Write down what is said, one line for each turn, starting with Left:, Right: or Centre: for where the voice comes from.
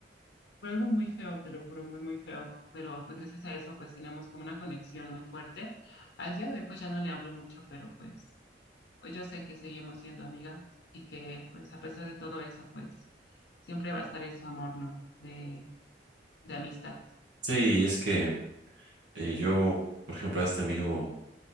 Left: fue algo muy feo, te lo juro, muy, muy feo. Pero pues gracias a eso, pues tenemos como una conexión muy fuerte. Al día de hoy, pues ya no le hablo mucho, pero pues pues yo sé que seguimos siendo amigas y que pues a pesar de todo eso, pues siempre va a estar ese amor, ¿no? De, de amistad.
Right: sí, es que eh, yo, por ejemplo, a este amigo,